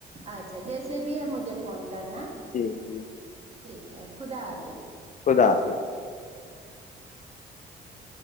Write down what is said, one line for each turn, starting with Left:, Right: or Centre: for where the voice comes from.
Right: اچھا جیسے بھی ہے مجھے فون کرنا
Left: جی جی
Right: ٹھیک ہے خدا حافظ
Left: <inaudible>
Right: <inaudible>